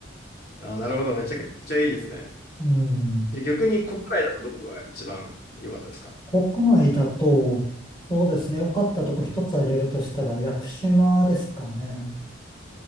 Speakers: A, on the left; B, on the left.
A: あ、なるほど。めちゃくちゃいいですね。
B: うん。
A: じゃあ逆に国内だとどこが一番良かったですか
B: 国内だと、そうですね。良かったとこ一つ挙げるとしたら、屋久島ですかね。